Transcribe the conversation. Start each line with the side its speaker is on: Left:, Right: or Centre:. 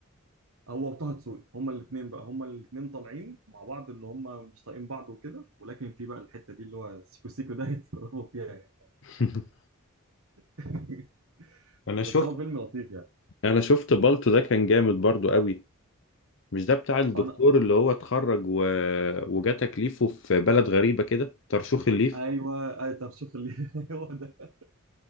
Right: آه، هو وطه دسوقي هما الاثنين بقى هما الاثنين طالعين مع بعض ان هما مش طايقين بعض وكده ولكن في بقى الحته دي اللي هو سيكو سيكو ده <laughs> هيتفرقوا فيها يعني
Left: <laughs>
Right: <laughs>
Left: انا شفت
Right: بس هو فيلم لطيف يعني
Left: انا شفت بالطو ده كان جامد برضو قوي مش ده بتاع الدكتور
Right: انا
Left: اللي هو اتخرج و... وجا تكليفه في بلد غريبه كده ترشيح الليف
Right: ايوه اي طرشوخ اللي <laughs> هو ده